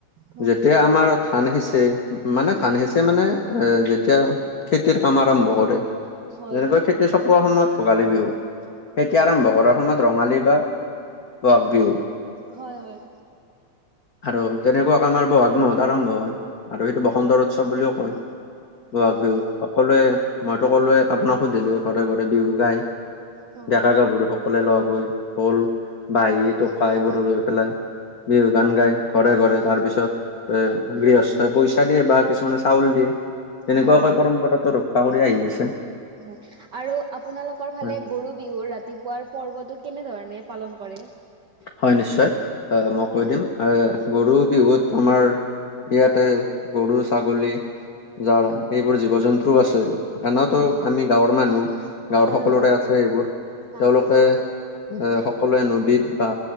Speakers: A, on the right; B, on the left.
A: হয়
B: যেতিয়া আমাৰ ধান সিঁচে মানে ধান সিঁচে মানে এ যেতিয়া খেতিৰ কাম আৰম্ভ কৰে
A: হয়
B: যেনেকৈ খেতি চপোৱা সময়ত ভোগালী বিহু খেতি আৰম্ভ কৰাৰ সময়ত ৰঙালী বা বহাগ বিহু
A: হয় হয়।
B: আৰু তেনেকুৱা আমাৰ বহাগ মাহত আৰম্ভ হয় আৰু সেইটো বসন্ত উৎসৱ বুলিও কয়। বহাগ
A: হয়
B: বিহুত
A: হয়
B: সকলোৱে মইতো সকলোৱে আপোনাক সুধিলো ঘৰে ঘৰে বিহু গাই
A: হয়
B: ডেকা গাভৰু সকলে লগ হৈ ঢোল, বাঁহী, টকা এইবোৰ লৈ পেলাই বিহু গান গাই ঘৰে ঘৰে তাৰ পিছত অ' গৃহস্থই পইচা দিয়ে বা কিছুমানে চাউল দিয়ে। তেনেকুৱাকৈ
A: হয় হয়
B: পৰম্পৰাটো ৰক্ষা কৰি আহি আছে।
A: হয় আৰু আপোনালোক? লোকৰ ফালে
B: হয়
A: গৰু বিহুৰ ৰাতিপুৱাৰ পৰ্বটো, কেনেধৰণে পালন কৰে?
B: হয় নিশ্চয়। অ' মই কৈ দিম এ
A: উম।
B: গৰু বিহুত আমাৰ ইয়াতে গৰু ছাগলী যাৰ এইবোৰ জীৱ জন্তু আছে। এনৱতো
A: উম
B: আমি গাঁৱৰ মানুহ গাঁৱৰ
A: হয়
B: সকলোৰে
A: হয়।
B: আছে এইবোৰ।
A: আছে
B: তেওঁলোকে
A: আছে।
B: এ সকলোৱে নদীত বা